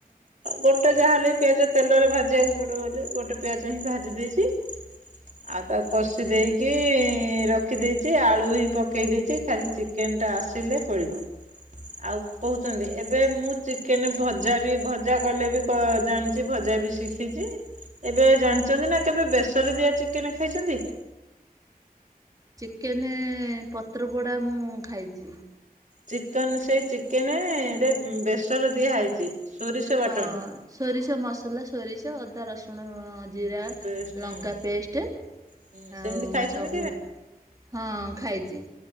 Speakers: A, on the right; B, on the right.
A: ଗୋଟେ ଯାହା ହେଲେ ପିଆଜ ତେଲରେ ଭା <unintelligible> ଯିବାକୁ ପଡ଼ ଗଲେ <unintelligible> ଗୋଟେ ପିଆଜ ହିଁ ଭାଜି ଦେଇଛି। ଆଉ ତାକୁ କଷି ଦେଇକି ରଖିଦେଇଛି ଆଳୁ ହିଁ ପକେଇ ଦେଇଛି ଖାଲି ଚି କେନ୍ଟା ଆସିଲେ ପଡିବ। ଆଉ କହୁଛନ୍ତି ଏବେ ମୁଁ ଚିକେନ ଭଜା ବି ଭଜା କଲେ ବି ଜାଣିଛି ଭଜା ବି ଶିଖି ଦେଖଛି ଏବେ ଜାଣିଛନ୍ତି ନା କେବେ ବେସର ଦିଆ ଚିକେନ ଖାଇଛନ୍ତି?
B: ଚିକେନ ପତ୍ରପୋଡ଼ା ମୁଁ ଖାଇଛି।
A: ଚିକେନ ସେଇ ଚିକେନ ରେ ବେସର ଦିଆହେଇଛି, ସୋରିଷ ବାଟଣ
B: ହଁ ସୋରିଷ ମସଲା ସୋରିଷ ଅଦା ରସୁଣ ଜିରା
A: ପେଷ୍ଟ
B: ଲଙ୍କା
A: ହୁଁ
B: ପେଷ୍ଟ
A: ହୁଁ ସେମିତି
B: ଆଉ
A: ଖାଇଛନ୍ତି
B: ସବୁ ହଁ ଖାଇଛି।